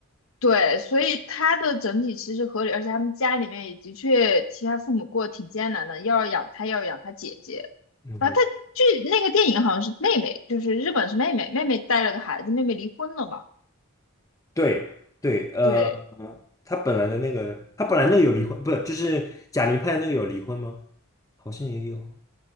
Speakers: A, on the left (about 70°); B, on the left (about 15°).
A: 对，所以它的整体其实合理，而且他们家里面也的确其他父母过得挺艰难的，要养他，要养他姐姐。
B: 嗯哼，
A: 啊，他据那个电影好像是妹妹，就是日本是妹妹，妹妹带了个孩子，妹妹离婚了嘛？
B: 对对，呃，
A: 对
B: 他本来的那个他本来那个有离婚，不是就是贾玲拍的那个有离婚吗？好像也有，